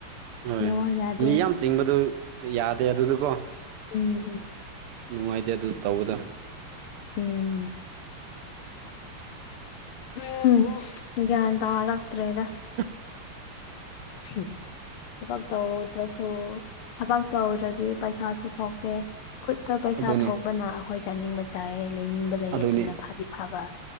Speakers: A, on the right; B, on the left.
A: ꯍꯣꯏ
B: ꯅꯦꯠꯋꯥꯛ ꯌꯥꯗꯦ
A: ꯃꯤ ꯌꯥꯝ ꯆꯤꯡꯕꯗꯨ ꯌꯥꯗꯦ ꯑꯗꯨꯗꯣꯀꯣ
B: ꯎꯝ
A: ꯅꯨꯡꯉꯥꯏꯇꯦ ꯑꯗꯨ ꯇꯧꯕꯗꯣ
B: ꯎꯝ ꯎꯝ ꯒ꯭ꯌꯥꯟ ꯇꯥꯔꯛꯇ꯭ꯔꯦꯗ
A: <inaudible>
B: <unintelligible> ꯊꯥꯕꯛ ꯇꯧꯋꯣ ꯁꯤꯗꯁꯨ ꯊꯕꯛ ꯇꯧꯗ꯭ꯔꯗꯤ ꯄꯩꯁꯥꯁꯨ ꯊꯣꯛꯇꯦ ꯈꯨꯠꯇ ꯄꯩꯁꯥ
A: ꯑꯗꯨꯅꯦ
B: ꯊꯣꯛꯄꯅ ꯑꯩꯈꯣꯏ ꯆꯥꯅꯤꯡꯕ ꯆꯥꯏꯌꯦ ꯂꯩꯅꯤꯡꯕ ꯂꯩꯩꯌꯦ
A: ꯑꯗꯨꯅꯦ
B: ꯑꯗꯨꯅ ꯐꯥꯗꯤ ꯐꯥꯕ